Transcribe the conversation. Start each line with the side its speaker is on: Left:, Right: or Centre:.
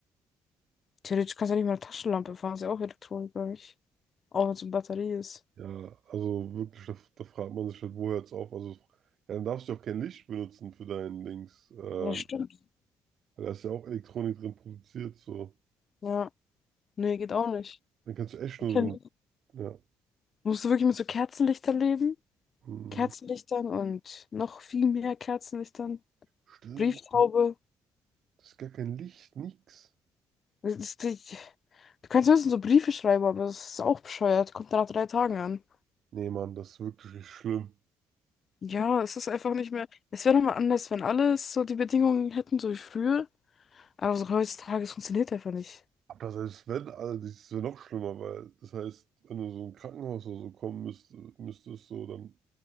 Left: Theoretisch kannst du ja nicht mal eine Taschenlampe fahren, ist ja auch Elektronik, glaube ich. Auch wenn es eine Batterie ist.
Right: Ja, also wirklich, da, da fragt man sich halt, wo hört's auf? Also, ja, dann darfst du ja auch kein Licht benutzen für deinen Dings. Ähm,
Left: Ja, stimmt.
Right: weil da ist ja auch Elektronik drin produziert, so.
Left: Ja, nee, geht auch nicht.
Right: Dann kannst du echt
Left: Okay.
Right: nur so mit, ja.
Left: Musst du wirklich mit so Kerzenlichtern leben?
Right: mm.
Left: Kerzenlichtern und noch viel mehr Kerzenlichtern.
Right: Stimmt.
Left: Brieftaube.
Right: Das ist gar kein Licht, nix.
Left: Das ist die, du kannst höchstens so Briefe schreiben, aber das ist auch bescheuert. Kommt dann nach drei Tagen an.
Right: Nee, Mann, das ist wirklich richtig schlimm.
Left: Ja, es ist einfach nicht mehr. Es wäre nochmal anders, wenn alles so die Bedingungen hätten, so wie früher. Aber so heutzutage, es funktioniert einfach nicht.
Right: Aber das heißt, wenn, also das ist ja noch schlimmer, weil das heißt, wenn du so ein Krankenhaus oder so kommen müsste, müsstest, so, dann